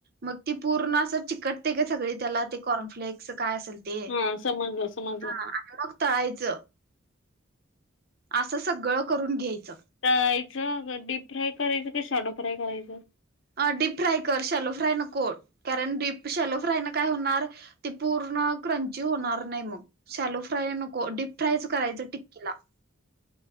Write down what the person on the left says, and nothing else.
हा समजलं समजलं
तळायच का डीप फ्राय करायच का, शालो फ्राय करायच?